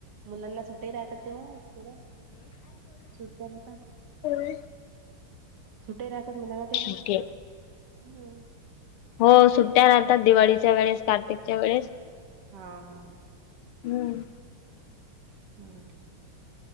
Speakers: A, on the right (about 55°); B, on the left (about 90°).
A: मुलांना सुट्ट्या राहतात तेव्हा थोड्या सुटत्या राहतात
B: ह
A: सुटे राहतात मुलाना तेव्हा
B: ओके
A: हम्
B: हो सुट्ट्या राहतात दिवाळीच्या वेळेस कार्तिकच्या वेळेस
A: हा हा
B: हम्म
A: हम